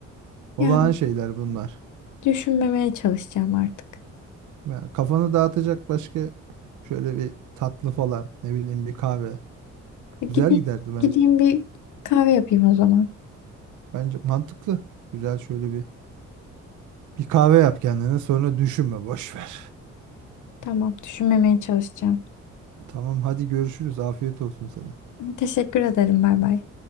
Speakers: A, on the right; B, on the left.
A: Olağan
B: Yani
A: şeyler bunlar.
B: düşünmemeye çalışacağım artık.
A: Yani kafanı dağıtacak başka şöyle bir tatlı falan ne bileyim bir kahve.
B: E, Gideyim,
A: Güzel giderdi bence.
B: gideyim bir kahve yapayım o zaman.
A: Bence mantıklı. Güzel şöyle bir bir kahve yap kendine sonra düşünme boş ver.
B: Tamam, düşünmemeye çalışacağım.
A: <laughs> Tamam hadi görüşürüz. Afiyet olsun sana.
B: Teşekkür ederim. Bay bay.